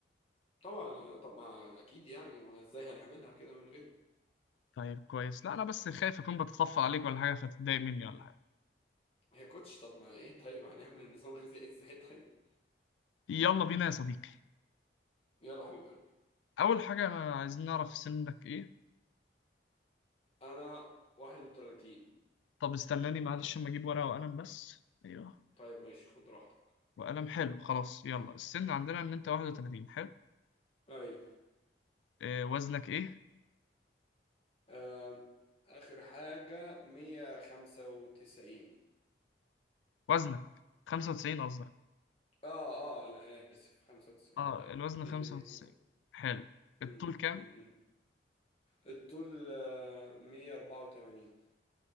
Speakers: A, on the left; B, on the left.
A: طبعا آه، طب ما اكيد يعني ما ازاي هنعملها كده من غيره
B: طيب كويس لا انا بس خايف اكون بتطفل عليك ولا حاجة فتتضايق مني ولا حاجة
A: هي كوتش طب ما ايه طيب هنعمل النظام الغذائي ازاي <laughs> طيب
B: يلا بينا يا صديقي
A: يلا حبيب قلبي
B: اول حاجة عايزين نعرف سنك ايه
A: انا 31
B: طب استناني معلش اما اجيب ورقة وقلم بس ايوه
A: طيب ماشي خد راحتك
B: وقلم حلو خلاص يلا السن عندنا ان انت 31 حلو
A: ايوه
B: آه وزنك ايه
A: آه، اخر حاجة 195
B: وزنك 95 قصدك
A: اه اه انا اسف 95
B: اه
A: ايوه
B: الوزن 95
A: اللي 105
B: حلو
A: امم
B: الطول كام
A: امم الطول آه، 184